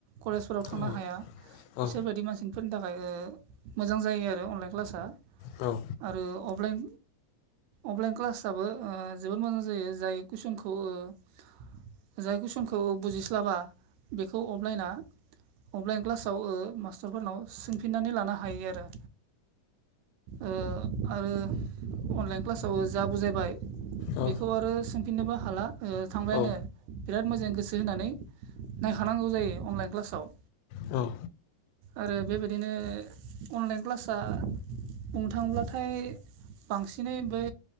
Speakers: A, on the right; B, on the left.
A: कलेजफोराव थांनो
B: औ
A: हाया। बिसोरबायदि
B: औ
A: मानसिफोरनि थाखाय ओ मोजां जायो आरो अनलाइन क्लासआ।
B: औ।
A: आरो अफलाइन अफलाइन क्लासाबबो जोबोद मोजां जायो जाय कुइसनखौ थ ओ जाय कुइसनखौ बुजिस्लाबा बेखौ अफलाइना अनलाइन क्लासाव ओ मास्टारफोरनाव सोंफिन्नानै लानो हायो आरो। ओ आरो अनलाइन क्लासाव ओ जा बुजायबाय
B: औ
A: बेखौ आरो सोंफिननोबो हाला ओ थांबायानो।
B: औ
A: बिराद मोजां गोसो होनानै नायखानांगौ जायो अनलाइन क्लासाव।
B: औ।
A: आरो बेबायदिनो अनलाइन क्लासा बुंनो थाङोब्लाथाय बांसिनै बै